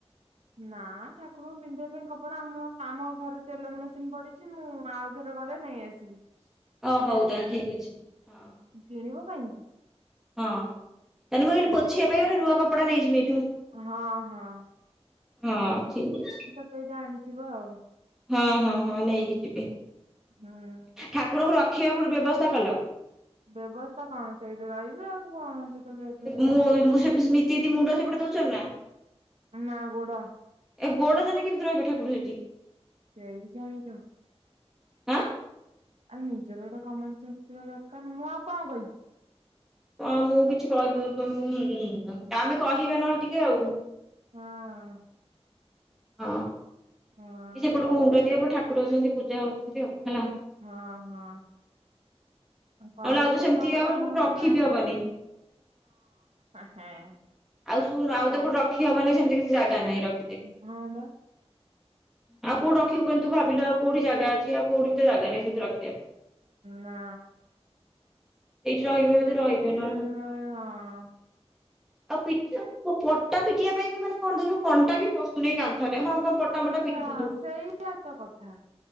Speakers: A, on the right (about 85°); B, in the centre.
A: ନା ଠାକୁରଙ୍କୁ ପିନ୍ଧିବା ପାଇଁ କପଡ଼ା ଆମ ଆମ ଘରେ ଟେଲର ମେସିନ ପଡିଛି ମୁଁ ମୁଁ ଆଉଥରେ ଗଲେ ନେଇ ଆସିବି ତିଆରି
B: ଓ ହଉ ତାହେଲେ
A: କରିକି
B: ଠିକ ଅଛି ହଁ
A: କିଣିବ <unintelligible>
B: ହଁ ତାହାଲେ ମୁଁ କହିଲି
A: ଯଦି
B: ପୋଛିବା ପାଇଁ ଗୋଟେ ନୂଆ କପଡା ନେଇଯିବି ଏଇଠୁ।
A: ହଁ ହଁ
B: ହଁ ଠିକ ଅଛି।
A: ସେଇଟା ଆଣିଯିବ ଆଉ।
B: ହଁ ହଁ ହଁ ନେଇକି ଯିବି,
A: ହୁଁ।
B: ଠାକୁରଙ୍କୁ ରଖିବା କୋଉଠି ବ୍ୟବସ୍ଥା କଲ?
A: ବ୍ୟବସ୍ଥା କଣ ସେଇଠି ରହିବେ ଆଉ କଣ ସେ ତ ଏ ବ୍ୟାଗ୍ ଫ୍ୟଗ
B: ମୁଁ
A: ଘୁଞ୍ଚେଇ ଦେଇଚନ୍ତି।
B: ମୁଁ ସେ ସ୍ମିତି ଦିଦି ମୁଣ୍ଡ ସେପଟେ ଦଉଛନ୍ତିନା?
A: ନା ଗୋଡ଼।
B: ଏ ଗୋଡ ଦେନେ କେମିତି ରହିବେ ଠାକୁର ସେଠି।
A: କେହି ଜାଣିନୁ।
B: ଆଁ
A: ଆଉ ନିଜର ଗୋଟେ କମନସେନ୍ସ ଥିବା ଦରକାର ନା, ମୁଁ ଆଉ କଣ କହିବି?
B: ହଁ ମୁଁ କିଛି କହିବି <unintelligible> ଆମେ କହିବା ନହେଲେ ଟିକେ ଆଉ।
A: ହଁ ହଁ।
B: ହଉ।
A: ହଁ।
B: କି ସେପଟକୁ ମୁଣ୍ଡ ଦିଅ ଏପଟେ ଠାକୁର ଅଛନ୍ତି ପୂଜା ହଉଛନ୍ତି ଆଉ ହେଲା।
A: ହଁ ହଁ। କହିବେକି
B: ନହେଲେ ଆଉ ତ ସେମିତି
A: ହଁ
B: ଆଉ କୋଉଠି ରଖିବି ହବନି।
A: <unintelligible>
B: ଆଉ ଶୁଣ ଆଉତ କୋଉଠି ରଖି ହବନି ସେମିତି କିଛି ଜାଗା ନାହିଁ ର
A: ହଁ ପା।
B: ଆଉ କୋଉଠୀ ରଖିବୁ କହନି ତୁ ଭାବିଲୁ ଆଉ କୋଉଠି ଜାଗା ଅଛି ଆଉ କଉଠି ତ ଜାଗା ନାଁହିଁ ସେମତି ରଖିବାକୁ।
A: ନା।
B: ସେଇଠି ରହିବେ
A: କୁଆଡେ
B: ଯଦି ରହିବେ ନହେଲେ
A: <unintelligible>
B: ଆଉ ପିଟା ପଟା ପିଟିବା ପାଇଁ ବି ମାନେ କଣ ଧୁ କଣ୍ଟା <unintelligible> ପଶୁନେଇ କାନ୍ଥରେ ହଁ କଣ ପଟା ମଟା ପିଟି
A: ସେ ହଁ
B: ଦି <unintelligible>
A: ସେଇଆ ତ କଥା।